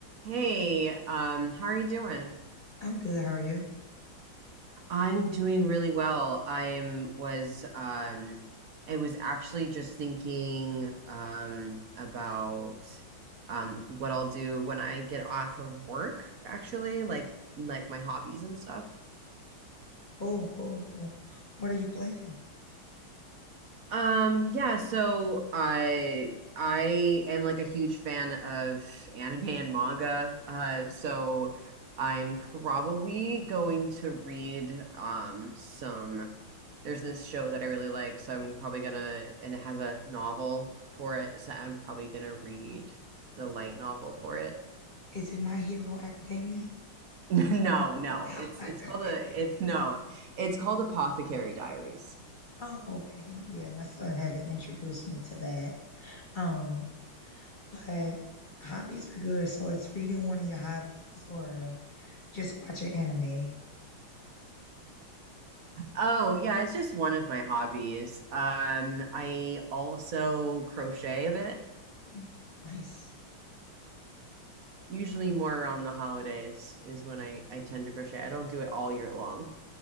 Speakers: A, on the right; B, on the left.
A: Hey, um, how are you doing?
B: I'm good. How are you?
A: I'm doing really well. I'm was um I was actually just thinking um about um what I'll do when I get off of work, actually, like like my hobbies and stuff.
B: Oh, cool. Oh, what are you planning?
A: Um, yeah, so I I am like a huge fan of anime and manga. Uh, so I'm probably going to read um some there's this show that I really like, so I'm probably gonna and it has a novel for it, so I'm probably gonna read the light novel for it.
B: Is it My Hero Academia?
A: <laughs> No, no,
B: <laughs>
A: it's it's called a it's no, it's called Apothecary Diaries.
B: Oh, okay. Yeah, my son haven't introduced me to that. Um, but hobbies are good. So it's reading one of your hobbies or just watching anime.
A: Oh, yeah, it's just one of my hobbies. Um, I also crochet a bit.
B: Mm, Nice.
A: Usually more around the holidays is when I I tend to crochet. I don't do it all year long.